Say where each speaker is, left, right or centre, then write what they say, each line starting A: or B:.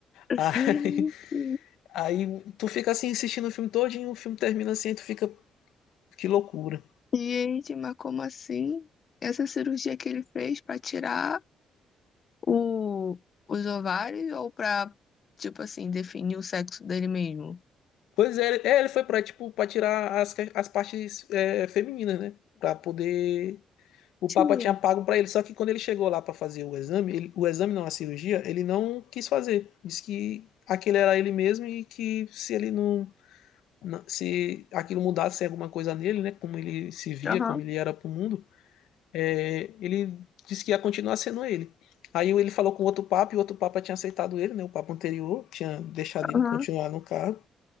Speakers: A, on the left (about 50°); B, on the left (about 85°).
A: Gente,
B: aí, aí tu fica assim assistindo o filme todo e o filme termina assim aí tu fica que loucura
A: gente, mas como assim? Essa cirurgia que ele fez pra tirar o, os ovários ou pra, tipo assim, definir o sexo dele mesmo?
B: pois é, é ele foi para tipo para tirar as, as partes é, femininas né para poder o
A: Gente,
B: Papa tinha pago para ele, só que quando ele chegou lá para fazer o exame, ele- o exame não, a cirurgia, ele não quis fazer. Disse que aquele era ele mesmo e que se ele não, não- se aquilo mudasse alguma coisa nele, né, como ele se via,
A: aham,
B: como ele era pro mundo, é, ele disse que ia continuar sendo ele. Aí ele falou com outro papa e o outro papa tinha aceitado ele, né, o papa anterior tinha deixado ele
A: aham.
B: continuar no cargo.